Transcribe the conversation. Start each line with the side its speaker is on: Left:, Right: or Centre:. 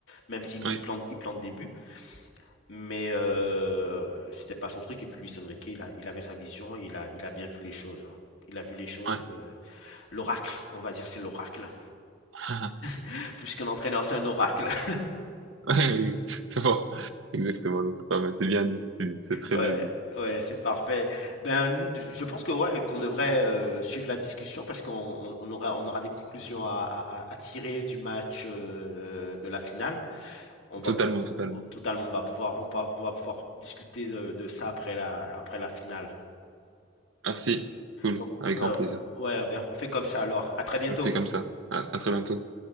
Left: Même s'il
Right: oui,
Left: il
Right: ouais,
Left: plante, il plante des buts, mais euh, c'était pas son truc. Et puis Luis Enrique, il a- il avait sa vision et il a, il a bien vu les choses. hein. Il a vu les choses.
Right: <laughs> ah,
Left: euh, l'oracle, on va dire, c'est l'oracle.
Right: ah,
Left: <laughs> Plus qu'un entraîneur, c'est un oracle. <laughs>
Right: ouais, <laughs> exactement. Exactement, donc c'est pas mal. C'est bien dit. C'est c'est très
Left: Ouais,
Right: bien dit.
Left: ouais, c'est parfait. Ben, nous, je pense que ouais, qu'on devrait euh, suivre la discussion parce qu'on on- on aura, on aura des conclusions à, à- à- à tirer du match euh, de la finale. On va
Right: Totalement,
Left: pouvoir,
Right: totalement.
Left: totalement, on va pouvoir, on, peut- on va pouvoir discuter de, de ça après la, après la finale.
Right: Merci. Cool.
Left: Donc,
Right: Avec
Left: ben,
Right: grand plaisir.
Left: ouais, ben, on fait comme ça alors. À très bientôt.
Right: On fait comme ça. À, à très bientôt.